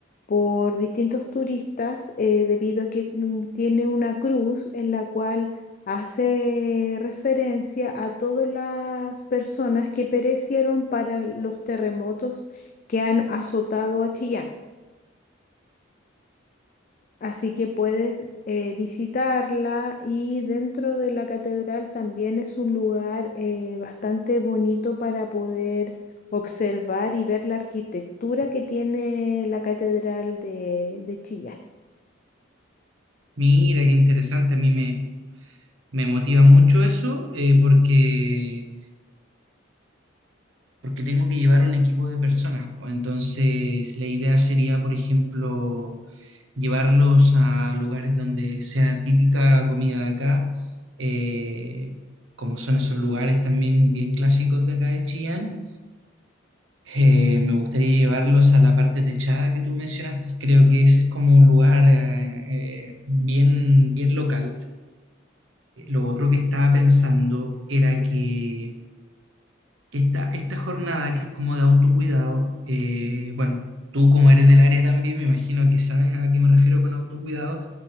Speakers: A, on the left (about 40°); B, on the right (about 75°).
A: por distintos turistas eh, debido a que mm, tiene una cruz en la cual hace referencia a todas las personas que perecieron para los terremotos que han azotado a Chillán. Así que puedes eh, visitarla y dentro de la catedral también es un lugar eh, bastante bonito para poder observar y ver la arquitectura que tiene la catedral de, de Chillán.
B: Mira, qué interesante, a mí me, me motiva mucho eso, eh, porque porque tengo que llevar un equipo de personas. pues, Entonces, la idea sería, por ejemplo, llevarlos a lugares donde sea típica comida de acá, eh, como son esos lugares también bien clásicos de acá de Chillán. Eh, me gustaría llevarlos a la parte techada que tú mencionaste. Creo que ese es como un lugar eh, eh, bien, bien local. Lo otro que estaba pensando era que esta, esta jornada que es como de autocuidado, eh, bueno, tú como eres del área también, me imagino que sabes a qué me refiero con autocuidado,